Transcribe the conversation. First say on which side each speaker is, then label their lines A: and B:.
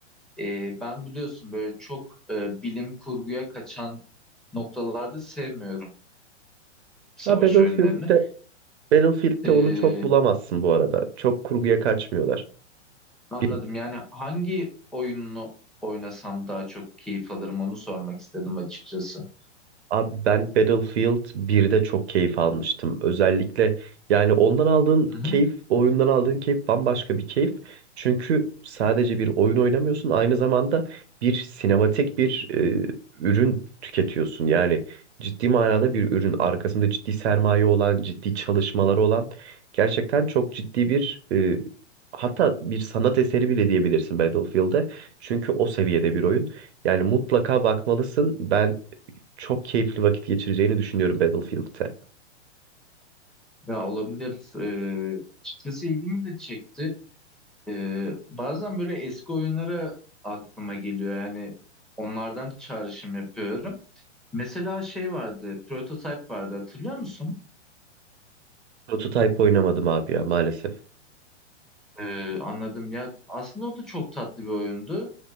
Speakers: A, in the centre; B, on the right (about 65°).
A: e, ben biliyorsun böyle çok e, bilim kurguya kaçan noktalarda sevmiyorum savaş
B: Ha, Battlefield
A: oyunlarını.
B: Battlefield'te
A: E,
B: onu çok bulamazsın bu arada. Çok kurguya kaçmıyorlar.
A: Anladım.
B: Bir,
A: Yani hangi oyununu oynasam daha çok keyif alırım onu sormak istedim açıkçası.
B: Abi ben Battlefield birde çok keyif almıştım. Özellikle yani ondan aldığın
A: Hı hı.
B: keyif, o oyundan aldığın keyif bambaşka bir keyif. Çünkü sadece bir oyun oynamıyorsun, aynı zamanda bir sinematik bir e, ürün tüketiyorsun. Yani ciddi manada bir ürün, arkasında ciddi sermaye olan, ciddi çalışmaları olan gerçekten çok ciddi bir e, hatta bir sanat eseri bile diyebilirsin Battlefield'e. Çünkü o seviyede bir oyun. Yani mutlaka bakmalısın. Ben çok keyifli vakit geçireceğini düşünüyorum Battlefield'te.
A: Ya olabilir. Ee, açıkçası ilgimi de çekti. Ee, bazen böyle eski oyunlara aklıma geliyor. Yani onlardan çağrışım yapıyorum. Mesela şey vardı, Prototype vardı hatırlıyor musun?
B: Prototype oynamadım abi ya maalesef.
A: Ee, anladım. Ya aslında o da çok tatlı bir oyundu.